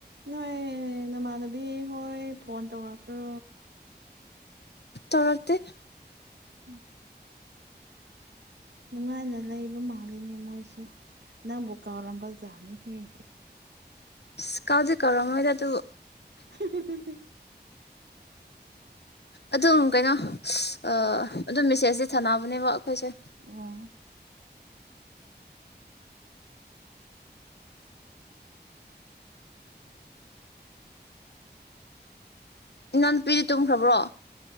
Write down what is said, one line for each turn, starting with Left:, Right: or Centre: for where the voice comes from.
Right: ꯅꯣꯏ ꯅꯃꯥꯟꯅꯕꯤ ꯍꯣꯏ ꯐꯣꯟ ꯇꯧꯔꯛꯇ꯭ꯔꯣ?
Left: ꯇꯧꯔꯛꯇ‌ꯦ
Right: ꯎꯝ ꯅꯨꯡꯉꯥꯏꯅ ꯂꯩꯕ ꯃꯥꯜꯂꯤꯅꯦ ꯃꯣꯏꯁꯨ ꯅꯪꯕꯨ ꯀꯥꯎꯔꯝꯕ ꯖꯥꯠꯅꯤꯍꯦ ꯫
Left: ꯑꯁ ꯀꯥꯎꯗꯩ ꯀꯥꯎꯔꯝꯃ‌ꯣꯏꯗ ꯑꯗꯨ
Right: <unintelligible> <inaudible>
Left: ꯑꯗꯨꯝ ꯀꯩꯅꯣ ꯑꯥ ꯑꯗꯨꯝ ꯃꯦꯁꯦꯖꯇꯤ ꯊꯥꯅꯕꯅꯦꯕ ꯑꯩꯈꯣꯏꯁꯦ ꯫
Right: ꯑꯣ
Left: ꯅꯅꯥꯎ ꯅꯨꯄꯤꯗꯤ ꯇꯨꯝꯈ꯭ꯔꯕ꯭ꯔꯣ?